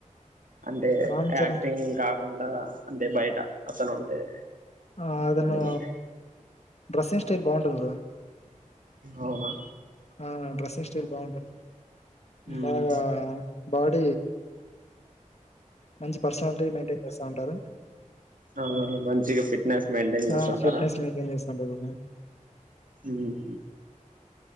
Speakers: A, on the right; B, on the left.
A: అంటే
B: రామ్
A: యాక్టింగ్
B: చరణ్
A: కాకుండా అంటే బయట అతను ఉండే
B: ఆ అదను
A: దాన్ని బట్టి
B: డ్రస్సింగ్ స్టైల్ బాగుంటుంది బ్రో
A: అవునా
B: ఆ డ్రెస్సింగ్ స్టైల్ బాగుంటుంది బ్రో
A: మ్మ్
B: బాగా బాడీ మంచి పర్సనాలిటీ మెయిన్టైన్ చేస్తూ ఉంటారు
A: ఆ మంచిగా ఫిట్నెస్ మెయింటైన్ చేస్తుంటారా
B: ఆ ఫిట్నెస్ మెయింటైన్ చేస్తా ఉంటారు
A: మ్మ్.